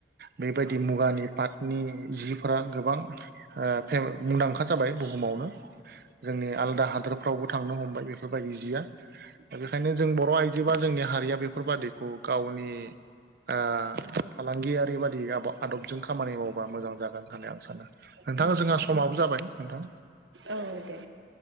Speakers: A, on the right (about 50°); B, on the right (about 75°).
A: बेबायदि मुगानि पाटनि जिफोरा गोबां आ फें मुंदांखा खोथा जाबाय बुहुमावनो जोंनि आलादा हादोरफ्रावबो थांनो हमबाय बे बेफोरबायदि जिया दा बेखायनो जों बर' आइजो बा जोंनि हारिया बेफोरबादिखौ गावनि आ फालांगियारि बादि आबाद आदबजों खामानि मावबा जागोन होननानै आं सानो
B: नंगौ
A: नोंथां जोंहा समाबो जाबाय। नोंथां।
B: औ दे।